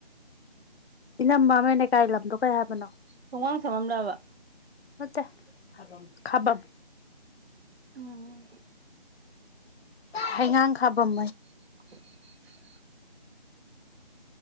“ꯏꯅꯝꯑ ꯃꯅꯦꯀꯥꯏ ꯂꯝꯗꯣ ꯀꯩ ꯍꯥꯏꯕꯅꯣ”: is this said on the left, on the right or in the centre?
Left